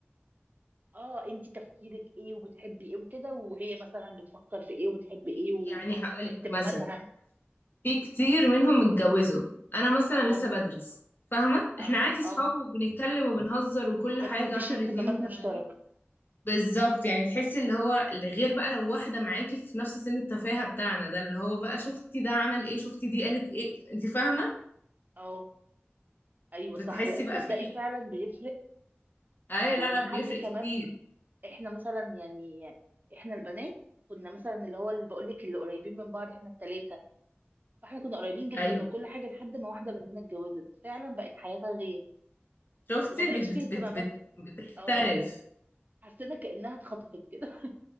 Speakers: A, on the right (about 40°); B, on the left (about 50°).
A: اه انت تفكيرك ايه وبتحبي ايه وكده وهي مثلا بتفكر في ايه وبتحب ايه
B: يعني هقولك
A: واهتماماتها
B: مثلا في كتير منهم اتجوزوا أنا مثلا
A: اه
B: لسه بدرس فاهمة
A: اه
B: احنا عادي صحاب
A: اه
B: وبنتكلم وبنهزر وكل
A: بس
B: حاجة
A: مفيش
B: واحنا
A: اهتمامات
B: الاتنين متفاهمين
A: مشتركه
B: بالظبط يعني تحسي اللي هو اللي غير بقى لو واحدة معاكي في نفس سن التفاهة بتاعنا ده اللي هو بقى شفتي ده عمل ايه شفتي دي قالت ايه انت فاهمة
A: اه ايوه
B: بتحسي
A: صح لا تصدقي
B: بقى في
A: فعلا بيفرق
B: اي
A: آه،
B: لا
A: لما
B: لا بيفرق
A: حد كمان
B: كتير
A: احنا مثلا يعني احنا البنات كنا مثلا اللي هو اللي بقول لك اللي قريبين من بعض احنا التلاتة فاحنا كنا قريبين جدا
B: ايوه
A: وكل حاجة لحد ما واحدة مننا اتجوزت فعلا بقت حياتها غير
B: شفتي
A: وما بقاش
B: بت بت
A: فيه اهتمامات
B: بت بت بتختلف
A: اه حسينا كأنها اتخطفت كده <laughs>